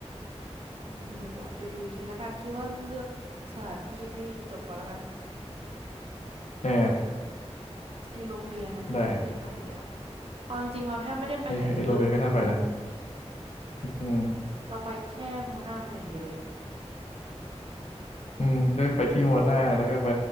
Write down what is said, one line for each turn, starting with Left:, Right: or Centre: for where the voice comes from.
Right: อืมไม่รู้อะเดี๋ยวดูอีกทีละกันคิดว่าเลือกสถานที่ให้จบก่อนละกัน
Left: เออ
Right: อืมไอ้โรงเบียร์นั้นก็ยังไม่ได้ไปเลยอะ
Left: ได้
Right: เอาจริงๆเราแทบไม่ได้ไปไหนเลยเหอะ
Left: เออเอโลเบียก็น่าไปนะอืม
Right: เราไปแค่โมนามาอย่างเดียวเอง
Left: อืมก็ไปที่โมนาแล้วก็ไป